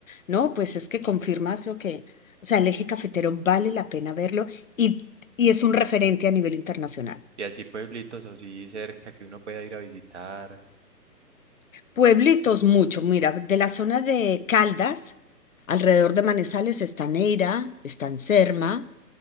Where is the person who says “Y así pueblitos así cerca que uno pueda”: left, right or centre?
Right